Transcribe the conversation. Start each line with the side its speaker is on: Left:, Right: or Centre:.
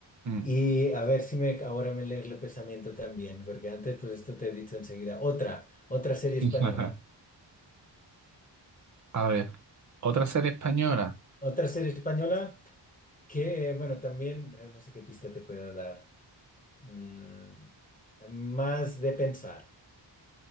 Right: mm.
Left: Y a ver si me, ahora me lees el pensamiento también, porque antes pues esto te he dicho enseguida. Otra, otra serie española.
Right: <laughs> A ver, otra serie española,
Left: Otra serie española que, eh, bueno, también, eh, no sé qué pista te pueda dar. Mm, más de pensar.